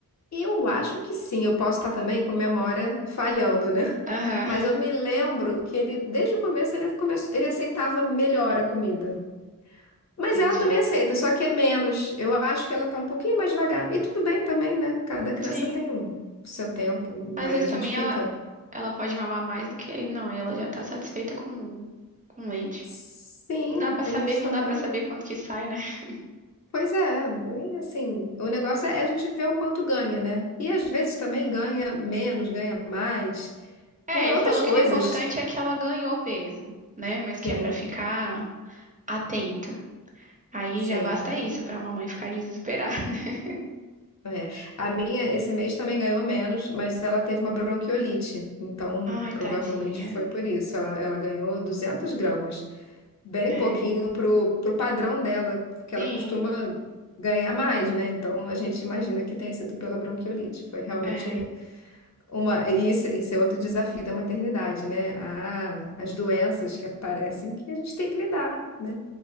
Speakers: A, on the left; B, on the right.
A: Eu acho que sim, eu posso estar também com memória falhando, né?
B: Aham.
A: Mas eu me lembro que ele, desde o começo, ele, come... ele aceitava melhor a comida. Mas
B: Entendi.
A: ela também aceita, só que é menos. Eu acho que ela tá um pouquinho mais devagar. E tudo bem também, né? Cada criança
B: Sim.
A: tem um- o seu tempo,
B: Às
A: mas
B: vezes
A: a gente
B: também
A: fica.
B: ela, ela pode mamar mais do que ele, não. E ela já tá satisfeita com, com leite.
A: Sim,
B: Não dá pra
A: tem
B: saber,
A: isso
B: não
A: também,
B: dá pra saber
A: né?
B: quanto que sai, né? <laughs>
A: Pois é, e assim, o negócio é é a gente ver o quanto ganha, né? E às vezes também ganha menos, ganha mais,
B: É,
A: por
B: ele
A: outras
B: falou
A: coisas.
B: que o importante é que ela ganhou peso, né? Mas
A: Sim,
B: que é pra ficar atenta. Aí
A: sim.
B: já basta isso pra mamãe ficar desesperada. <laughs>
A: é. A minha esse mês também ganhou menos, mas ela teve uma bronquiolite, então
B: Ai,
A: provavelmente
B: tadinha.
A: foi por isso. Ela, ela ganhou 200 gramas. bem
B: É.
A: pouquinho pro, pro padrão dela, porque ela
B: Sim,
A: costuma ganhar mais, né? Então a gente imagina que tenha sido pela bronquiolite. Foi realmente
B: é.
A: uma. E isso, isso é outro desafio da maternidade, né? Ah, as doenças que aparecem que a gente tem que lidar, né?